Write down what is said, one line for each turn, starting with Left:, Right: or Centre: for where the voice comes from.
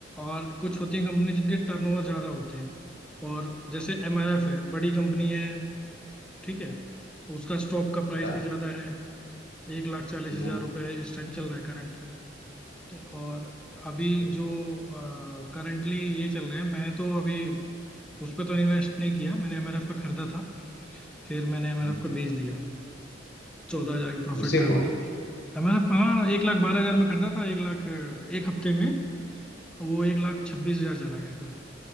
Centre: और कुछ होती हैं कंपनी जिनके टर्नओवर ज़्यादा होते हैं और जैसे एमआरएफ है बड़ी कंपनी है ठीक है उसका स्टॉक का
Left: अच्छा
Centre: प्राइस भी ज़्यादा है एक लाख चालीस
Left: हम्म
Centre: हजार रुपये इस टाइम चल रहा है करंट में ठीक, और अभी
Left: हम्म
Centre: जो करंटली ये चल रहे हैं मैं तो अभी उस पर तो इन्वेस्ट नहीं किया मैंने एमआरएफ का खरीदा था फिर मैंने एमआरएफ
Left: हम्म,
Centre: का बेच दिया चौदह हजार के प्रॉफिट
Left: उसी
Centre: में एमआरएफ
Left: को
Centre: एमआरएफ कहाँ एक लाख बारह हजार में खरीदा था एक लाख एक हफ्ते में वो एक लाख छब्बीस हजार चला गया था